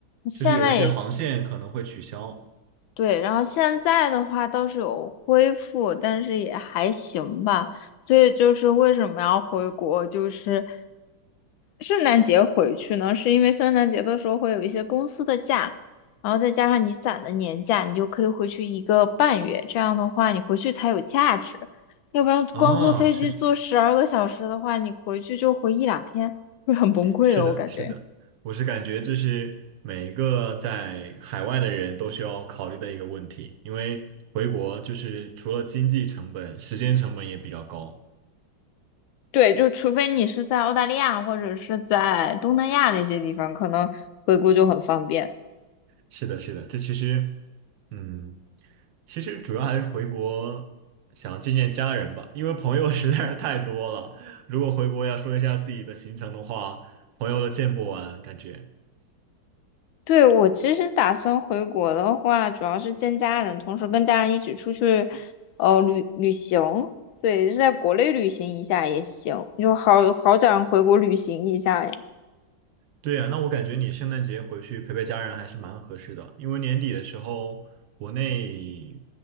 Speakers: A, on the left; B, on the right.
A: 现在也
B: 就是有一些航线可能会取消
A: 对，然后现在的话倒是有恢复，但是也还行吧。所以就是为什么要回国，就是圣诞节回去呢？是因为圣诞节的时候会有一些公司的假，然后再加上你攒的年假，你就可以回去一个半月。这样的话，你回去才有价值，要不然光坐飞机坐十二个小时的话，
B: 啊，是
A: 你回去就回一两天，会很崩溃的，
B: 是的，
A: 我感觉。
B: 是的，我是感觉这是每一个在海外的人都需要考虑的一个问题，因为回国就是除了经济成本，时间成本也比较高。
A: 对，就除非你是在澳大利亚或者是在东南亚那些地方，可能回国就很方便。
B: 是的，是的，这其实，嗯，其实主要还是回国想见见家人吧，因为朋友 <laughs> 实在是太多了。如果回国要说一下自己的行程的话，朋友都见不完，感觉。
A: 对，我其实打算回国的话，主要是见家人，同时跟家人一起出去，呃，旅旅行。对，就在国内旅行一下也行，就好好想回国旅行一下呀。
B: 对呀，那我感觉你圣诞节回去陪陪家人还是蛮合适的，因为年底的时候国内